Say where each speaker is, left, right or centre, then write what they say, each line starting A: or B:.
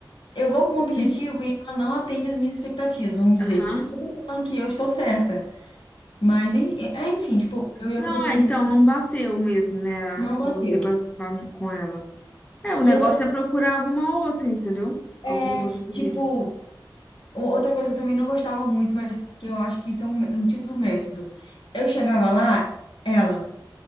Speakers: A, on the left; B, on the left.
A: eu vou com um objetivo
B: Hum.
A: e ela não atende as minhas expectativas, vamos dizer.
B: Aham.
A: Não tô falando que eu estou certa, mas em- é, é, enfim, tipo, eu ia
B: Não,
A: conversar
B: é,
A: e
B: então não bateu mesmo, né? a-
A: não bateu.
B: Você com, a- com a- com ela. É, o negócio
A: E outra coisa
B: é procurar alguma outra, entendeu? Alguma
A: é,
B: outra aqui
A: tipo.
B: dentro.
A: O- Outra coisa que eu também não gostava muito, mas que eu acho que isso é um, um tipo do método. Eu chegava lá, ela, o